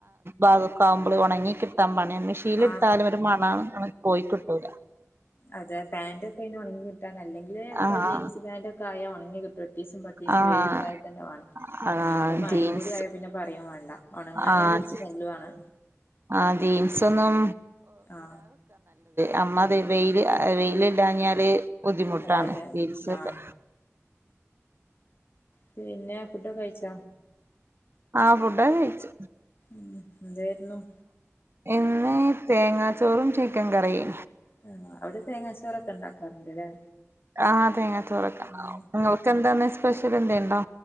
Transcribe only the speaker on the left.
ആ
അതെ പാന്റ് ഒക്കെ കി അല്ലെങ്കില് ഇപ്പൊ
ജീൻസ് പാാന്റ് കായ ഓങ്ങി കിട്ടാ പത്തീസും പത്തീസും
വെൽ ഇണ്ടായൽ തന്നെ വേണം
ഇനിയിപ്പം മഴയും
കൂട ആയാൽ പിന്നെ പറയുംയും വേണ്ട ഉണങ്ങാഞ്ഞാാല
ഒരു സ്മെല്ല ആണ്
ആഹ
അതെ അതെ
ആഹ് പിന്നെ ഫുഡ് ഒക്കെ കഴിച്ച
ഉം എന്തെ എന്നും
തേങ്ങ അവിടെ തേങ്ങാച്ചോറൊക്കെ ഉണ്ടാക്കാറുണ്ട്ല്ലേ
ഉം